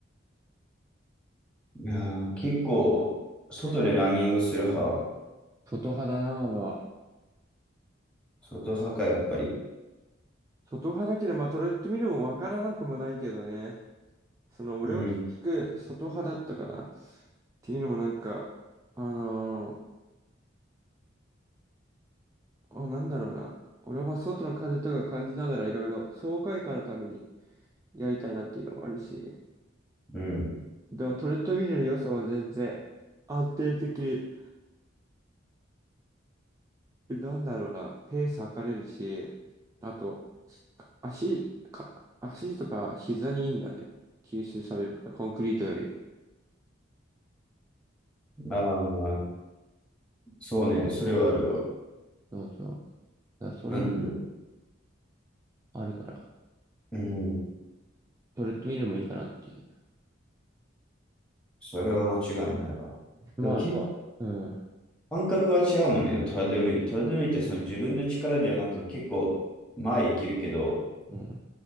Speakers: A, in the centre; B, on the right.
A: うん、結構、外でランニングする派。
B: 外派だな、あれは。
A: 外派か、やっぱり。
B: 外派だけど、まあ、トレッドミルもわからなくもないけどね。その、俺は結局、
A: うん、
B: 外派だったかな。っていうのもなんか、あのーあ、なんだろうな。俺は外の風とか感じながらいろいろ爽快感のためにやりたいなっていうのもあるし、
A: うん。
B: でもトレッドミルの良さも全然安定的、なんだろうな、ペース測れるし、あと、し足、か、足とか膝にいいんだよね。吸収されるから、コンクリートより。
A: ああ、そうね、それはあるよ。
B: そうそう。だからそれも
A: うん、
B: あるから、
A: うん、
B: トレッドミルもいいかなっていう。
A: それは間違いないわ。
B: まあ、
A: でも、
B: まあれは、うん、
A: 感覚が違うもんね、トラドミル。トラドミルってその自分の力じゃなくても結構前生きるけど、
B: うん、